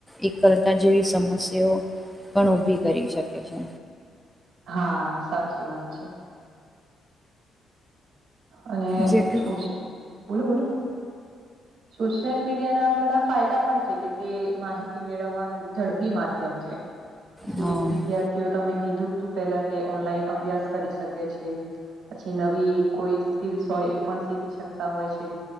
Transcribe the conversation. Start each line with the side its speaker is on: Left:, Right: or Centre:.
Centre: એકલતા જેવી સમસ્યા તેઓ પણ ઊભી કરી શકે છે.
Right: હા, સાચી વાત છે. અને
Centre: જેટલું
Right: શું છે બોલો બોલો. સોશિયલ મીડિયા ના આમ ઘણા ફાયદા પણ છે કે તે માહિતી મેળવવા નું ઝડપી માધ્યમ છે. પછી
Centre: હ
Right: વિધાર તે તમે કીધું તું પેલા કે ઓનલાઈન અભ્યાસ કરી શકે છે પછી નવી કોઈ સ્કીસ હોય એ પણ શીખી શકતા હોય છે.